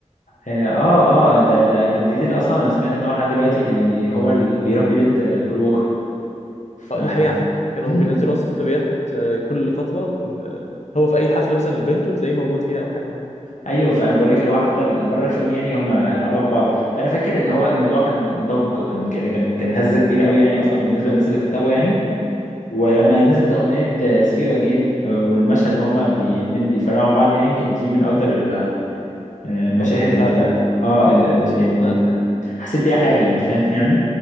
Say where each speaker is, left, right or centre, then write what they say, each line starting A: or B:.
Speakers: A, on the left; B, on the left.
A: اه اه آه، ده ده فان ديزل اصلا انا سمعت ان هو لحد دلوقتي بي هو اللي بيربي بنت آه، بول ووكر ف
B: آه، ده حقيقه على فكره كانوا
A: مم.
B: بينزلوا اصلا ستوريات آه، كل فتره إن، آه، هو في اي حفله مثلا لبنته تلاقيه موجود فيها او حاجه
A: ايوه فانا بقول لك اللي هو حتى ال- بره الفيلم يعني هم اتعلقوا ببعض فانا فاكر ان هو الموضوع كان ضجه كان يعني كان كان هزه كبيره قوي يعني اصلا بالنسبه للناس اللي بتتابعه يعني ولما نزلت اغنيه سي يو اجين والمشهد وهما بي- اتنين بيتفرقوا عن بعض يعني يمكن دي من اكتر ال- آه، المشاهد
B: لو تنزل
A: ال-
B: عارفها
A: اه ال- ال- يعني
B: انا
A: حسيت بيها حاجة انت فاهم يعني